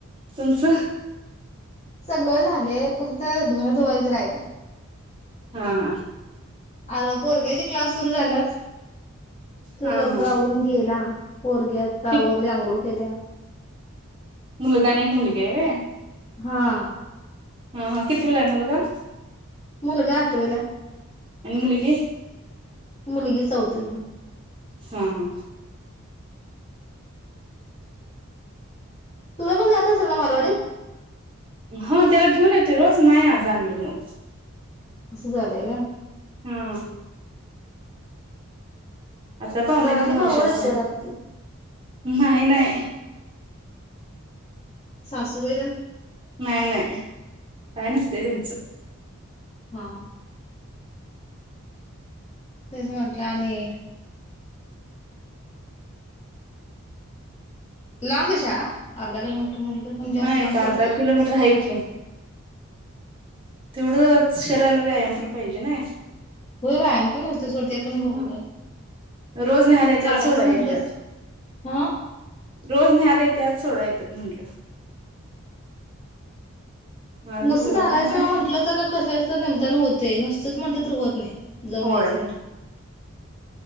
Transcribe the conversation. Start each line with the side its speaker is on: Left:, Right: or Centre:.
Right: तुमचं
Left: सगळं झाले फक्त धोन धुवायचे राहते
Right: हा हा
Left: अर पोरग्याचे क्लास सुरू झालात तू
Right: हा
Left: लवकवरून
Right: हा
Left: गेला पोरग्यात तवरल्या
Right: कि
Left: आंघोळ केल्या
Right: मुलगा आणि एक मुलगी आहे र
Left: हा
Right: हा हा किती वेला आहे मुलगा
Left: मुलगा आठवीला
Right: निंगिक
Left: मुलगी चौथीला
Right: हा हा
Left: तुझा पण जात असेल मला वा
Right: हा त्याला घेऊन येतोय रोज नाही जाणलं मग
Left: अस जा दे का
Right: हम आता पावणे
Left: घरातली
Right: तीन वर्षाच
Left: कावळ आहेत
Right: आहे
Left: का रात्री
Right: नाही नाही
Left: सासूबाईदण
Right: नाही नाही कायन असतते त्यांच
Left: हा तेच म्हटलं आणि लांबेच्या अर्धा किलोमीटर म्हटलं तर पण जास्त
Right: हा
Left: लांबच
Right: एक अर्धा
Left: वाटते.
Right: किलोमीटर आहे कि तेवढं शरीराला व्यायाम पण पाहिजे ना
Left: हो वयाम पण होतो सोडते पण
Right: ह
Left: बरोबर
Right: रोज नहायला येत
Left: चालायचं
Right: सोडा
Left: म्हंटलंच
Right: येत
Left: हा
Right: रोज नयला त्याच सोडा येतात म्हटलं आज
Left: नुसं
Right: मुलगा
Left: चालायचं
Right: पण नाही
Left: म्हटलं तर कशा तर नेमताना होते नुसत तच म्हटलं ुहत नाही जाऊन
Right: होय
Left: यायचं म्हटलं